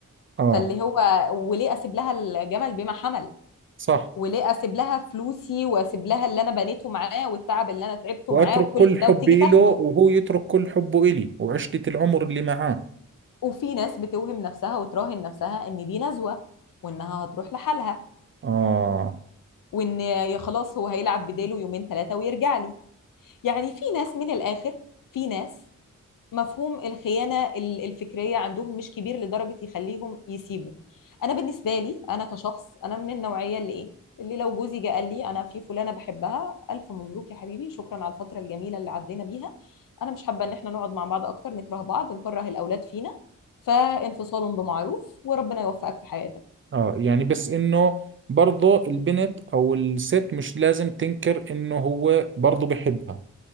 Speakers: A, on the right; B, on the left.
A: اه
B: فاللي هو وليه أسيب لها الجمل بما حمل
A: صح
B: وليه أسيب لها فلوسي وأسيب لها اللي أنا بنيته معاه والتعب اللي أنا تعبته
A: واترك
B: معاه وكل
A: كل حبي
B: ده وتيجي تاخده
A: له وهو يترك كل حبه الي وعشرة العمر اللي معاه
B: وفي ناس بتوهم نفسها وتراهن نفسها ان دي نزوة وانها هتروح لحالها
A: اه
B: وان يا خلاص هو هيلعب بداله يومين ثلاثة ويرجع لي يعني في ناس من الاخر في ناس مفهوم الخيانة ال- الفكرية عندهم مش كبير لدرجة يخليهم يسيبوا أنا بالنسبة لي أنا كشخص أنا من النوعية اللي إيه اللي لو جوزي جه قال لي أنا في فلانة بحبها ألف مبروك يا حبيبي شكرا على الفترة الجميلة اللي عدينا بيها أنا مش حابة إن إحنا نقعد مع بعض أكتر نكره بعض نكره الأولاد فينا فانفصال بمعروف وربنا يوفقك في حياتك
A: اه يعني بس انه برضه البنت او الست مش لازم تنكر انه هو برضه بحبها